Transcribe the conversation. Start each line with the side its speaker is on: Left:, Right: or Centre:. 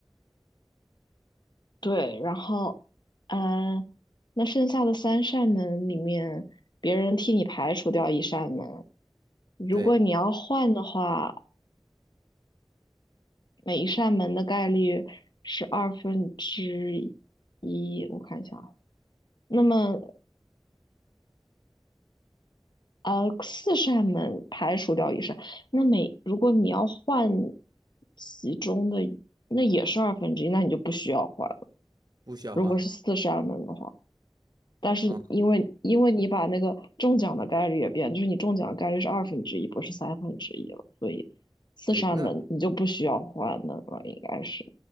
Left: 对，然后，嗯，那剩下的三扇门里面，别人替你排除掉一扇门，如果你要换的话，
Right: 对，
Left: 每一扇门的概率是二分之一，我看一下啊。那么呃，四扇门排除掉一扇，那每如果你要换其中的，那也是二分之一，那你就不需要换了。
Right: 不需要换了嘛？
Left: 如果是四扇门的话，但是因为因为你把那个中奖的概率也变，
Right: 啊，
Left: 就是你中奖的概率是二分之一，不是三分之一了，所以四扇门你就不需要换的了，
Right: 对，那
Left: 应该是，